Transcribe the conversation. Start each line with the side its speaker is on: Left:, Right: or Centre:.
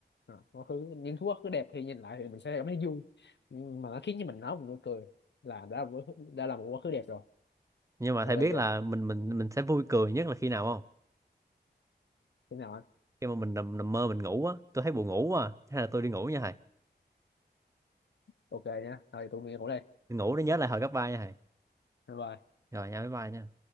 Left: à, quá khứ những thứ quá khứ đẹp thì nhìn lại thì mình sẽ cảm thấy vui Nhưng mà nó khiến cho mình nói một nụ cười là đã là một quá khứ, đã là một quá khứ đẹp rồi
Right: nhưng mà
Left: được
Right: thầy
Left: rồi
Right: biết
Left: chưa
Right: là mình mình mình sẽ vui cười nhất là khi nào không
Left: thế nào anh
Right: khi mà mình nằm, nằm mơ mình ngủ á tôi thấy buồn ngủ quá à. hay là tôi đi ngủ nha thầy
Left: ok nhá rồi tụi mình ngủ đây
Right: đi ngủ để nhớ lại hồi cấp ba nha thầy
Left: bye bye
Right: rồi nha bye bye nha